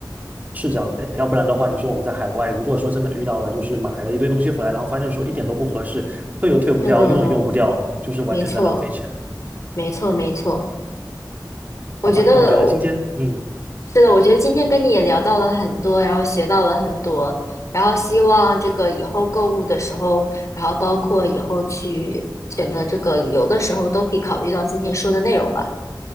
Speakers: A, on the right; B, on the left.
A: 是这样的。要不然的话，你说我们在海外，如果说真的遇到了，就是买了一堆东西回来，然后发现说一点都不合适，退又退不掉，
B: 是的，
A: 用也用不掉，就是完全在浪费钱。
B: 没错，没错，没错。我觉得我
A: 好吧，那我觉得今天，嗯，
B: 是的，我觉得今天跟你也聊到了很多，然后学到了很多，然后希望这个以后购物的时候，然后包括以后去选择这个旅游的时候，都可以考虑到今天说的内容吧。